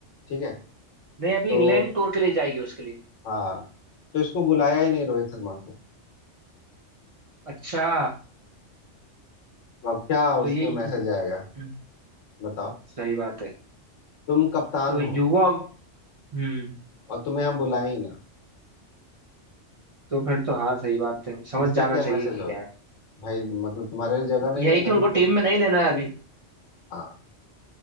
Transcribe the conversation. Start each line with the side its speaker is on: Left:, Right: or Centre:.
Left: ठीक है
Right: नहीं
Left: तो
Right: अभी इंग्लैंड टूर के लिए जाएगी उसके लिए
Left: हाँ तो इसको बुलाया ही नहीं रोहित शर्मा को
Right: अच्छा
Left: अब क्या
Right: तो
Left: उसमें
Right: ये
Left: मैसेज आएगा
Right: हम्म,
Left: बताओ
Right: सही बात है
Left: तुम कप्तान
Right: तो
Left: हो
Right: युवा हम्म
Left: और तुम्हें हम बुलाए ही ना
Right: तो फिर तो हाँ सही बात है समझ
Left: इसका
Right: जाना
Left: क्या
Right: चाहिए
Left: मैसेज
Right: कि
Left: होगा
Right: क्या है
Left: भाई मतलब तुम्हारे लिए जगह नहीं
Right: यही
Left: है
Right: कि
Left: तभी
Right: उनको
Left: तो तुम
Right: टीम में नहीं लेना है अभी
Left: हाँ